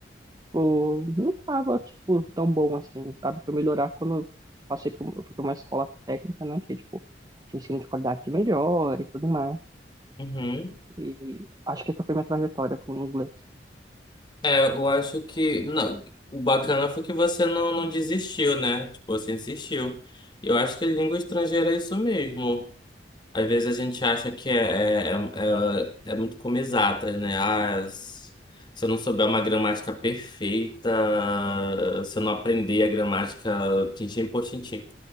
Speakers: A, on the right (about 20°); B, on the left (about 25°).
A: tipo, não tava, tipo, tão bom assim, sabe? Foi melhorar quando eu passei pra, um- eu fui pra uma escola técnica, né, que, é, tipo, tinha ensino de qualidade melhor e tudo mais.
B: uhum.
A: E acho que essa foi minha trajetória com o inglês.
B: É, eu acho que. Não, o bacana foi que você não, não desistiu, né? Tipo, você insistiu. Eu acho que língua estrangeira é isso mesmo. Às vezes a gente acha que é, é, é, é é muito como exatas, né? Ah, s- se eu não souber uma gramática perfeita, se eu não aprender a gramática tintim por tintim.